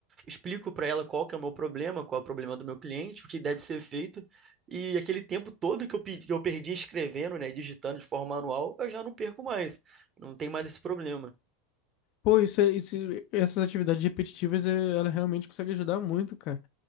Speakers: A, on the right (about 30°); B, on the left (about 55°).
A: explico para ela qual que é o meu problema, qual é o problema do meu cliente, o que deve ser feito. E aquele tempo todo que eu, pe- que eu perdi escrevendo, né, digitando de forma manual, eu já não perco mais. Não tem mais esse problema.
B: Pô, isso, é- isso, essas atividades repetitivas, eh, ela realmente consegue ajudar muito, cara.